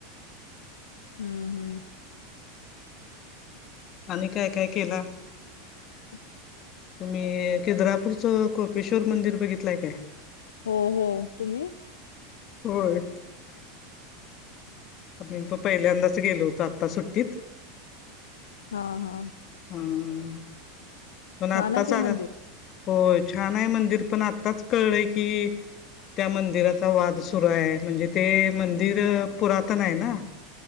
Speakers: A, on the left (about 85°); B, on the left (about 45°).
A: हम्म हम्म
B: आणि काय काय केला.
A: ह <inaudible>
B: तुम्ही किद्रापूरचं कोपेश्वर मंदिर बघितलं आय काय
A: हो हो तुम्ही
B: होय. आमी प पहिल्यांदाच गेलो होतो आता सुट्टीत
A: हा हा
B: हम्म पण
A: छान
B: आत्ता
A: आहे ते
B: सारा
A: मंदिर.
B: हो छान आहे मंदिर पण आत्ताच कळलंय की त्या मंदिराचा वाद सुरू आहे म्हणजे ते मंदिर पुरातन आहे ना